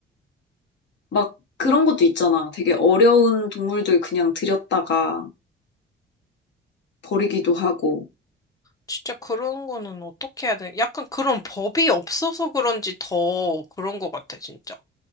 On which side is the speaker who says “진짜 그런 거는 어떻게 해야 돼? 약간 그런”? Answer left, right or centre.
Left